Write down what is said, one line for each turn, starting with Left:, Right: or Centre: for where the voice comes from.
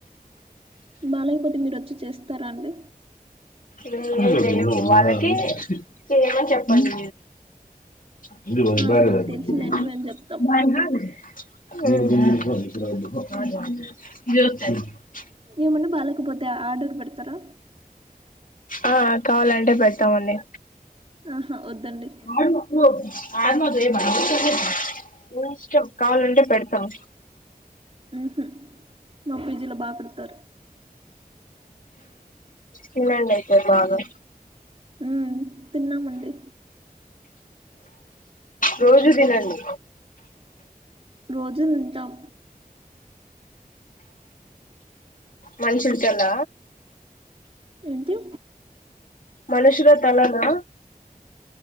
Right: బాలేకపోతే మీరు వచ్చి చేస్తారా అండి
Left: నేనేం చేయను వాళ్ళకి చేయమని చెప్పండి మీరే <unintelligible>
Right: ఆ మాకు తెలుసులేండి మేము చెప్తాం
Left: <unintelligible>
Right: ఏమన్నా బాలేకపోతే ఆర్డర్ పెడతారా
Left: ఆ కావాలంటే పెడతామండి
Right: ఆహా వద్దండి
Left: ఆడు అబ్బో మీ ఇష్టం కావాలంటే పెడతాం
Right: ఉహు మా పీజీ లో బా పెడతారు
Left: తినండైతే బాగా
Right: ఉమ్ తిన్నామండి
Left: <inaudible> రోజు దినండి
Right: రోజులుంటాం
Left: మనుషూలు కల్ల
Right: ఏంటి
Left: మనుషూల తలనా